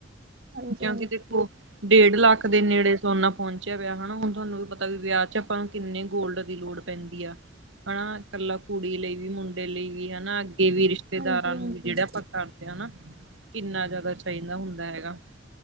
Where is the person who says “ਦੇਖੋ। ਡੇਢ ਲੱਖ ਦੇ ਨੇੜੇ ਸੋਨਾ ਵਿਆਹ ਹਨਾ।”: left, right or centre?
Right